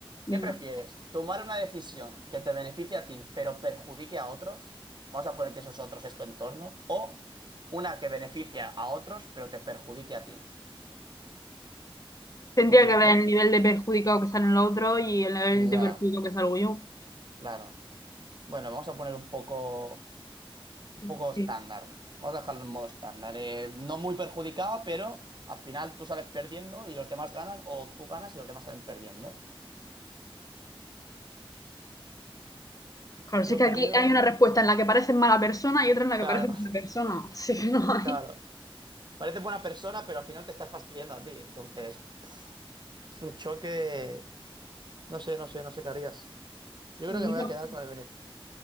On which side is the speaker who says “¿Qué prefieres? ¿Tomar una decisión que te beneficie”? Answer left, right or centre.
Right